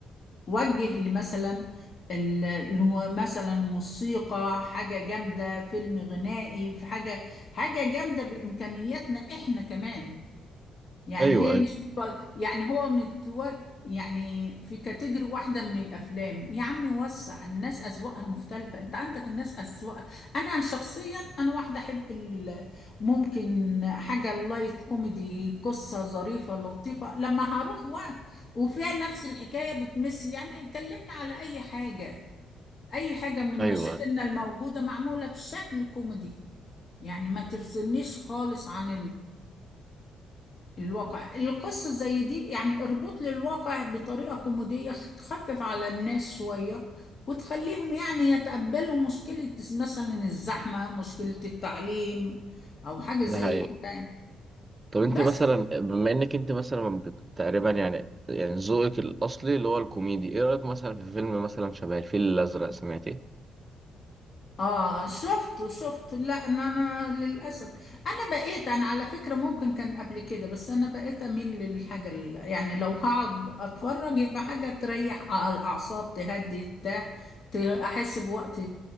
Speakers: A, on the left; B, on the right.
A: وجه لي مثلا ال- لم- مثلا موسيقى حاجة جامدة فيلم غنائي في حاجة حاجة جامدة بإمكانياتنا احنا كمان يعني
B: ايوه
A: هي
B: ايوه
A: مش متو... يعني هو متو... يعني في كاتيجوري واحدة من الأفلام يا عمي وسع الناس أذواقها مختلفة أنت عندك الناس أذواق أنا شخصيا أنا واحدة أحب ال... ممكن حاجة لايت كوميدي قصة ظريفة لطيفة لما هروح و... وفيها نفس الحكاية بتمس يعني كلمنا على أي حاجة أي حاجة من
B: أيوة
A: مشاكلنا الموجودة معمولة بشكل كوميدي يعني ما تفصلنيش خالص عن الواقع القصة زي دي يعني اربط لي الواقع بطريقة كوميدية تخفف على الناس شوية وتخليهم يعني يتقبلوا مشكلة مثلا الزحمة مشكلة التعليم أو حاجة زي
B: ده حقيقة
A: كده يعني.
B: طب أنت
A: بس
B: مثلا بما إنك أنت مثلا بت- تقريبا يعني يعني ذوقك الأصلي اللي هو الكوميدي إيه رأيك مثلا في فيلم مثلا شبه الفيل الأزرق سمعت إيه؟
A: اه شفته شفته لا انا انا للاسف انا بقيت انا على فكره ممكن كان قبل كده بس انا بقيت اميل للحاجه ال- يعني لو هقعد اتفرج يبقى حاجه تريح الاعصاب تهدي بتاع ت- احس بوقت